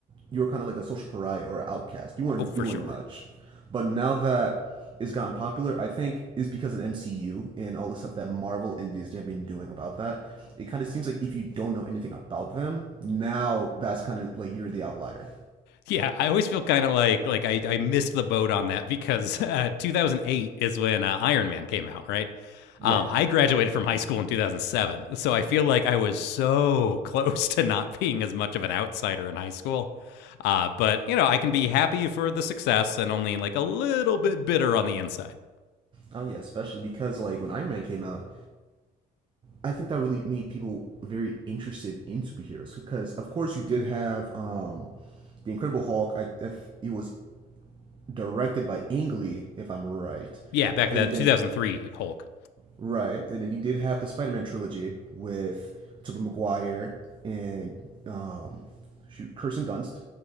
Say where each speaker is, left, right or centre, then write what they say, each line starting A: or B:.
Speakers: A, on the right (about 30°); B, on the left (about 90°).
A: you were kind of like a social pariah or an outcast. You weren't
B: Oh, for
A: doing
B: sure.
A: much. But now that it's gotten popular, I think is because of the MCU and all the stuff that Marvel and Disney have been doing about that. It kind of seems like if you don't know anything about them, now that's kind of like you're the outlier.
B: Yeah, I always feel kind of like like I, I missed the boat on that because <laughs> uh, 2008 is when uh, Iron Man came out, right?
A: Yeah.
B: Um, I graduated from high school in 2007, so I feel like I was so <laughs> close to not being as much of an outsider in high school. Uh, but you know, I can be happy for the success and only like a little bit bitter on the inside.
A: Oh yeah, especially because like when Iron Man came out, I think that really made people very interested in superheroes because, of course, you did have um, the Incredible Hulk. I, if it was directed by Ang Lee, if I'm right,
B: Yeah, back to
A: and
B: that
A: then
B: 2003 Hulk.
A: right, and then you did have the Spider-Man trilogy with Tobey Maguire and um, shoot Kirsten Dunst.